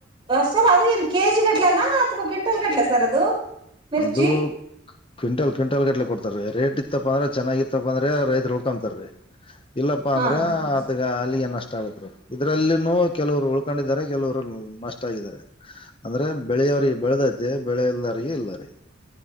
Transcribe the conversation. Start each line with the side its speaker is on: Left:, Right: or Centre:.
Right: ಸರ್ ಅದು ಏನ್ ಕೆಜಿ ಗಟ್ಲನಾ ಅಥವಾ ಕ್ವಿಂಟಲ್ ಗಟ್ಲಾ ಸರ್ ಅದು ಮಿರ್ಚಿ
Left: ಅದು ಕ್ವಿಂಟಲ್ ಕ್ವಿಂಟಲ್ ಗಟ್ಲೆ ಕೊಡ್ತಾರ ರೀ ರೇಟ್ ಇತ್ತಪ್ಪ ಅಂದ್ರೆ ಚೆನ್ನಾಗಿ ಇತ್ತಪ್ಪ ಅಂದ್ರೆ ರೈತ್ರು ಹೋಕೊತಾರ ರೀ ಇಲ್ಲಪ್ಪಾ
Right: ಹಾ
Left: ಅಂದ್ರೆ
Right: ಹಾ ಹಾ
Left: ಅದುಗ ಅಲ್ಲಿಗೆಏನಷ್ಟ ಇದ್ರಲ್ಲಿ ಕೆಲವರು ಉಳ್ಕೊಂಡಿದ್ದಾರೆ ಕೆಲವರು ನಷ್ಟ ಆಗಿದ್ದಾರೆ ಅಂದ್ರೆ ಬೆಳೆಯ ಅವ್ರಿಗೆ ಬೆಳೆದೈತೆ ಬೆಳೆಲ್ದವರಿಗೆ ಇಲ್ಲ ರೀ